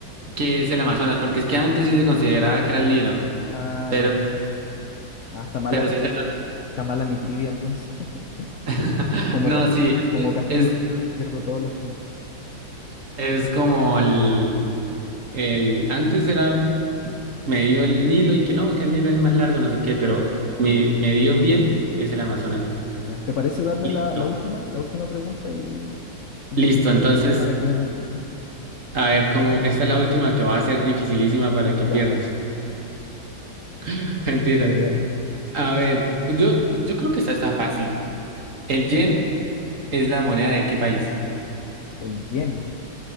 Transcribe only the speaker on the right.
que es el Amazonas, porque es que antes sí se consideraba que era el Nilo,
pero,
pero
sí es el...
<laughs>
No,
sí, es
que
es,
es como el... El, antes era me dio el Nilo y que no, que el Nilo es más largo, no
sé qué, pero
me, me dio bien es el Amazonas.
Listo.
Listo,
entonces,
a ver cómo, esta es la última que va a ser dificilísima para que
pierdas.
<laughs> Mentiras.
A ver, pues yo, yo creo que esta está fácil. ¿El yen es la moneda de qué país?